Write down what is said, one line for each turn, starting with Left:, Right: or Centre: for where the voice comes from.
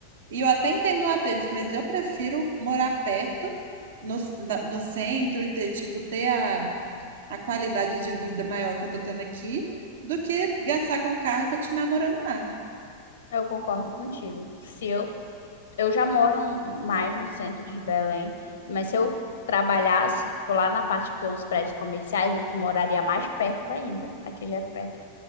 Right: E eu até entendo lá deles, mas eu prefiro morar perto, no, na- no centro e ter, tipo, ter a, a qualidade de vida maior que eu tô tendo aqui do que gastar com o carro e continuar morando lá.
Left: eu concordo contigo. Se eu, eu já moro mais no centro de Belém, mas se eu trabalhasse, tipo, lá na parte que tem uns prédios comerciais, eu moraria mais perto ainda. Aqui já é perto.